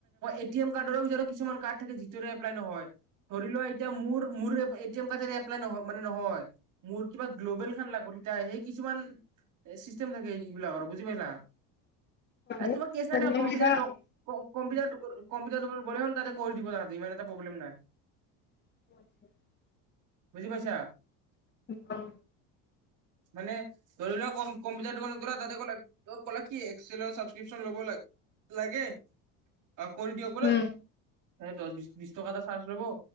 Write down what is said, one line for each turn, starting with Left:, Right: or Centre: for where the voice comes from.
Right: এটিএম কাৰ্ডৰো কিছুমান কাৰ্ড থাকে যিটোৰে এপ্লাই নহয় ধৰি লোৱা এতিয়া মোৰ মোৰ এটিএম কাৰ্ডেৰে এপ্লাই নহয় মানে নহয়। মোৰ কিবা গ্ল'বেল খান লাগ এতিয়া সেই কিছুমান চিষ্টেম থাকে এইবিলাকৰ বুজি পালা।
Left: বাৰু।
Right: এ তোমাৰ কেচ নাই দিয়া কম্পিউটাৰ দক-কম্পিউটাৰ দোকানতে গ'লে হ'ল তাতে কৰি দিব তাহাতি ইমান এটা প্ৰব্লেম নাই।
Left: <inaudible>
Right: বুজি পাইছা?
Left: অ।
Right: মানে ধৰি লোৱা কম্পিউটাৰ দোকানত গ'লা তাতে গৈ ক'লা কি এক্সেলৰ ছাবস্ক্ৰিপচন ল'ব লাগে। অ কৰি দিয়ক বোলে
Left: উম
Right: দশ বিশ টকা এটা চাৰ্জ লব।